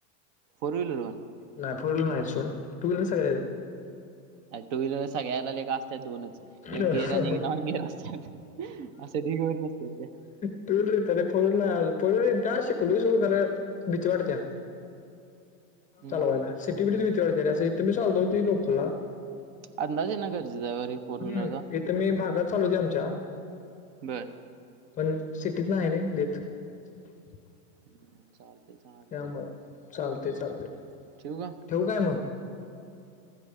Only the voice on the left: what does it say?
नाही फोर व्हिलर नाही सोड टू व्हिलर सगळ्या येत्यात्.
येतात
टू व्हिलर येत्या रे फोर व्हिलर नाय अजून फोर व्हिलर येत्या शिकलोय सोड खरं भीती वाटत्या
चालवायला
सिटी <unintelligible> लोकलला.
हम्म
इथे मी भागात चालवतोय आमच्या.
पण सिटीत नाही रे देत <inaudible>
त्यामुळ चालतंय चालतंय
ठेवू काय मग?